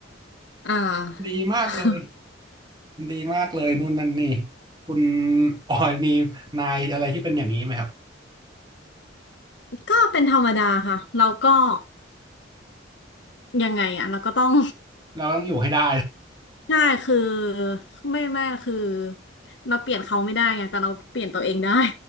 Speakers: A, on the left; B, on the right.
A: อ่า
B: ดีมากเลย
A: <laughs>
B: ดีมากเลยนู่นนั่นนี่คุณออยมีนายอะไรที่เป็นอย่างนี้ไหมครับ
A: ก็เป็นธรรมดาค่ะเราก็ยังไงอ่ะเราก็ต้อง
B: เราต้องอยู่ให้ได้
A: <laughs> ใช่คือไม่ไม่คือเราเปลี่ยนเขาไม่ได้ไงแต่เราเปลี่ยนตัวเองได้